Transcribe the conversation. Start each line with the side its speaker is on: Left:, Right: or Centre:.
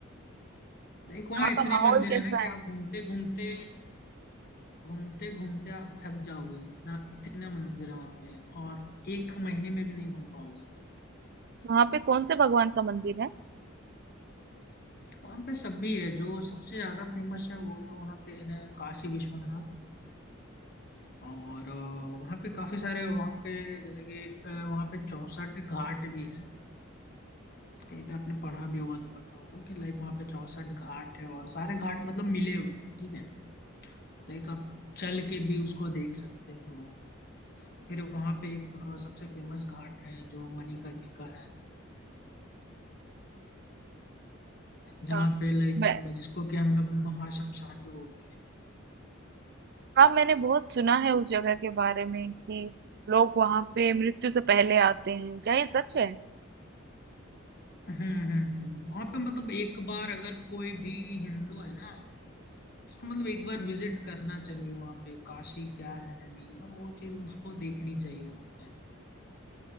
Left: लाइक वहाँ
Right: वहाँ
Left: इतने
Right: का माहौल
Left: मंदिर
Right: कैसा
Left: है ना कि
Right: है
Left: आप घूमते घूमते घूमते घूमते आप थक जाओगे इतना इतना मंदिर है वहाँ पे और एक महीने में भी नहीं घूम पाओगे
Right: वहाँ पे कौन से भगवान का मंदिर है
Left: वहाँ पे सब भी है जो सबसे ज्यादा फेमस है वो तो वहाँ पे है काशी विश्वनाथ और अ, वहाँ पे काफी सारे वहाँ पे जैसे कि अ, वहाँ पे चौसठ घाट भी है कहीं पे आपने पढ़ा भी होगा तो पता होगा कि लाइक वहाँ पे चौसठ घाट है और सारे घाट मतलब मिले हुए हैं ठीक है लाइक आप चल के भी उसको देख सकते हो फिर वहाँ पे एक अ, सबसे फेमस घाट है जो मणिकर्णिका है
Right: अच्छा
Left: जहाँ पे लाइक
Right: मैं
Left: जिसको कि हम लोग महाशमशान भी बोलते हैं
Right: हाँ मैंने बहुत सुना है उस जगह के बारे में कि लोग वहाँ पे मृत्यु से पहले आते हैं क्या ये सच है
Left: हम्म हम्म हम्म वहाँ पे मतलब एक बार अगर कोई भी हिंदू है ना उसको मतलब एक बार विजिट करना चाहिए वहाँ पे काशी क्या है नहीं है वो चीज उसको देखनी चाहिए वहाँ पे